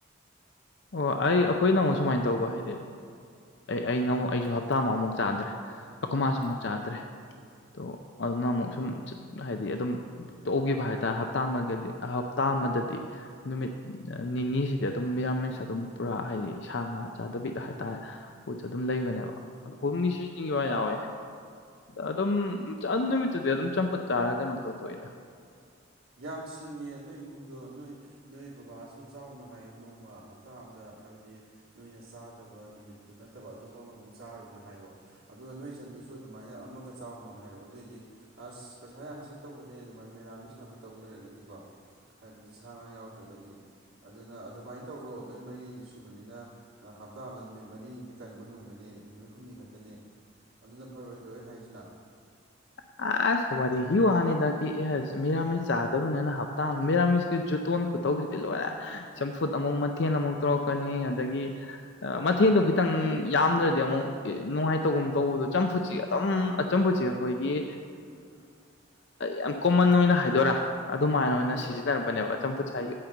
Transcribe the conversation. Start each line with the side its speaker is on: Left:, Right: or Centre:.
Left: ꯑꯣ ꯑꯩ ꯑꯩꯈꯣꯏꯅ ꯑꯃꯨꯛ ꯁꯨꯃꯥꯏꯅ ꯇꯧꯕ ꯍꯥꯏꯗꯤ ꯑꯩꯅ ꯑꯃꯨꯛ ꯑꯩꯁꯨ ꯍꯞꯇꯥ ꯑꯃ ꯑꯃꯨꯛ ꯆꯥꯗ꯭ꯔꯦ ꯑꯩꯈꯣꯏꯃꯥꯁꯨ ꯑꯃꯨꯛ ꯆꯥꯗ꯭ꯔꯦ ꯑꯗꯤ ꯑꯗꯨꯅ ꯑꯃꯨꯛ ꯁꯨꯝ ꯍꯥꯏꯗꯤ ꯑꯗꯨꯝ ꯇꯣꯛꯈꯤꯕ ꯍꯥꯏꯇꯥꯔꯦ ꯍꯞꯇꯥ ꯑꯃꯗꯗꯤ ꯍꯞꯇꯥ ꯑꯃꯗꯗꯤ ꯅꯨꯃꯤꯠ ꯅꯤꯅꯤꯁꯤꯗꯤ ꯑꯗꯨꯝ ꯃꯦꯔꯥꯃꯦꯁ ꯑꯗꯨꯝ ꯄꯨꯔꯥ ꯍꯥꯏꯗꯤ ꯁꯥ ꯉꯥ ꯆꯥꯗꯕꯤꯗ ꯍꯥꯏꯇꯥꯔꯦ ꯄꯣꯠꯁꯨ ꯑꯗꯨꯝ ꯂꯩꯕꯅꯦꯕ ꯑ ꯍꯨꯝꯅꯤ ꯁꯨꯖꯤꯟꯒꯤꯕꯁꯨ ꯌꯥꯎꯋꯦ ꯑꯗꯨꯝ ꯑꯗꯨ ꯅꯨꯃꯤꯠꯇꯨꯗꯤ ꯑꯗꯨꯝ ꯆꯝꯐꯨꯠ ꯆꯥꯔꯒ ꯀꯩꯅꯣ ꯇꯧꯊꯣꯛꯏꯗ
Right: ꯌꯥꯝ ꯁꯤꯡꯉꯦ ꯅꯣꯏ ꯏꯃꯨꯡꯗꯣ ꯅꯣꯏ ꯅꯣꯏ ꯕꯕꯥꯁꯨ ꯆꯥꯎꯅ ꯍꯥꯏꯌꯣ ꯅꯣꯡꯃ ꯍꯞꯇꯥ ꯑꯃꯗ ꯍꯥꯏꯕꯗꯤ ꯅꯣꯏꯅ ꯆꯥ ꯐꯠꯇꯕ ꯅꯨꯃꯤꯠꯇꯨ ꯅꯠꯇꯕ ꯑꯇꯣꯞꯄ ꯑꯃꯃꯨꯛ ꯆꯥꯔꯨꯅꯨ ꯍꯥꯏꯌꯣ ꯑꯗꯨꯒ ꯅꯣꯏ ꯏꯆꯟꯗꯨꯁꯨ ꯑꯗꯨꯃꯥꯏꯅ ꯑꯃꯒ ꯆꯥꯎꯅꯣ ꯍꯥꯏꯔꯣ ꯑꯗꯨꯑꯣꯏꯗꯤ ꯑꯁ ꯄꯩꯁꯥ ꯌꯥꯝ ꯁꯦꯞ ꯇꯧꯕꯅꯦ ꯑꯗꯨꯃꯥꯏꯅ ꯃꯦꯔꯥꯃꯤꯁ ꯉꯥꯛꯇ ꯇꯧꯕ ꯂꯩꯔꯒꯗꯤꯀꯣ ꯍꯥꯏꯕꯗꯤ ꯁꯥ ꯉꯥ ꯌꯥꯎꯗ꯭ꯔꯒꯗꯤ ꯑꯗꯨꯅ ꯑꯗꯨꯃꯥꯏꯅ ꯇꯧꯔꯣ ꯅꯣꯏ ꯃꯔꯤꯁꯤ ꯁꯨꯕꯅꯤꯅ ꯍꯞꯇꯥ ꯑꯃꯗ ꯅꯨꯃꯤꯠ ꯃꯔꯤꯅꯤꯗꯤ ꯀꯟꯕ ꯉꯝꯒꯅꯤ ꯅꯨꯃꯤꯠ ꯍꯨꯝꯅꯤ ꯈꯛꯇꯅꯦ ꯑꯗꯨꯅ ꯐꯔꯣꯏꯗ꯭ꯔꯣ ꯑꯩ ꯍꯥꯏꯁꯤꯅ
Left: ꯑꯁ ꯋꯥꯔꯤꯒꯤ ꯋꯥꯅꯤꯗ ꯑꯦꯁ ꯃꯤꯔꯥꯃꯤꯁ ꯆꯥꯗꯕꯅꯤꯅ ꯍꯞꯇꯥ ꯃꯤꯔꯥꯃꯤꯁꯀꯤ ꯇꯣꯟ ꯈꯨꯇꯧꯁꯤꯗꯤ ꯂꯣꯏꯔꯦ ꯆꯝꯐꯨꯠ ꯑꯃꯨꯛ ꯃꯊꯦꯟ ꯑꯃꯨꯛ ꯇꯧꯔꯛꯀꯅꯤ ꯑꯗꯒꯤ ꯃꯊꯦꯜꯗꯣ ꯈꯤꯇꯪ ꯌꯥꯝꯗ꯭ꯔꯗꯤ ꯑꯃꯨꯛ ꯅꯨꯡꯉꯥꯏꯇꯧꯒꯨꯝ ꯇꯧꯕꯗꯣ ꯆꯝꯐꯨꯠꯁꯤ ꯑꯗꯨꯝ ꯑꯆꯨꯝꯕꯁꯦ ꯑꯩꯈꯣꯏꯒꯤ ꯌꯥꯝ ꯀꯣꯃꯟ ꯑꯣꯏꯅ ꯍꯥꯏꯗꯣꯏꯔꯥ ꯑꯗꯨꯃꯥꯏꯅ ꯑꯣꯏꯅ ꯁꯤꯖꯤꯟꯅꯔꯝꯕꯅꯦꯕ ꯆꯝꯐꯨꯠꯁꯦ ꯍꯥꯏ